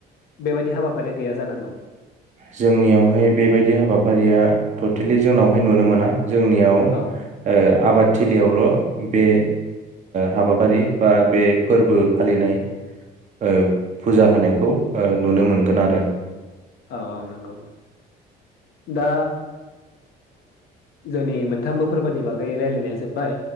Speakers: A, on the left; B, on the right.
A: बेबायदि हाबाफारिया गैया जानांगौ
B: जोंनियावहाय बेबायदि हाबाफारिया टटेलि जोंनावहाय नुनो मोना जोंनियाव ओ
A: औ
B: आबाद थिलियाव बे हाबाफारि बा बे फोरबो फालिनाय ओ फुजा होनायखौ ओ नुनो मोनगोन आरो
A: औ औ नंगौ दा जोंनि मोनथामबो फोरबोनि बागै रायलायनाया जोब्बाय।